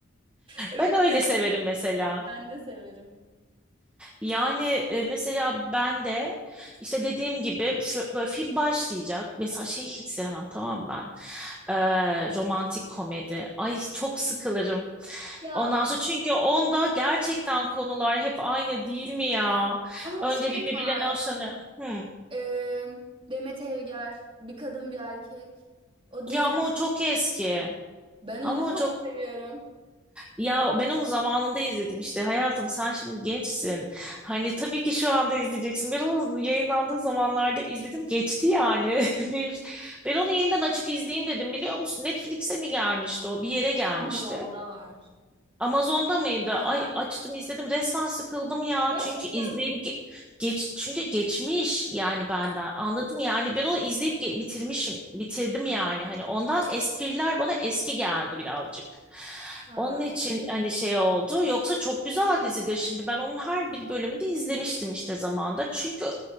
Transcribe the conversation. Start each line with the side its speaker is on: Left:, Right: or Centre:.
Right: Evet
Centre: Ben öyle
Right: severim.
Centre: severim mesela.
Right: Ben de severim.
Centre: Yani e, mesela ben de işte dediğim gibi fö- böyle film başlayacak. Mesela şey hiç sevmem tamam mı ben. Ee, romantik komedi. Ay çok sıkılırım.
Right: Ya
Centre: Ondan sonra çünkü onda gerçekten konular hep aynı değil mi ya?
Right: ama
Centre: Önce
Right: şey
Centre: bir birbirlerine
Right: var.
Centre: hoşlanıyor. Hmm.
Right: e, Demet Evgar, bir kadın bir erkek. O
Centre: Ya
Right: dizi
Centre: ama o çok eski.
Right: Ben onu
Centre: Ama o
Right: çok
Centre: çok
Right: seviyorum.
Centre: Ya ben onu zamanında izledim işte hayatım sen şimdi gençsin. Hani tabii ki şu anda izleyeceksin. Ben onu yayınlandığı zamanlarda izledim geçti yani. <laughs> Benim, ben onu yeniden açıp izleyeyim dedim biliyor musun? Netflix'e mi gelmişti o bir yere gelmişti.
Right: Amazon'da var.
Centre: Amazon'da mıydı? Ay
Right: Aha.
Centre: açtım izledim resmen sıkıldım ya.
Right: Gerçekten
Centre: Çünkü izleyip ge- geç çünkü geçmiş yani benden. Anladım yani ben onu izleyip ge- bitirmişim. Bitirdim yani. Hani ondan espriler bana eski geldi birazcık.
Right: mi?
Centre: Onun için hani şey oldu. Yoksa çok güzel dizidir. Şimdi ben onun her bir bölümünü izlemiştim işte zamanda. Çünkü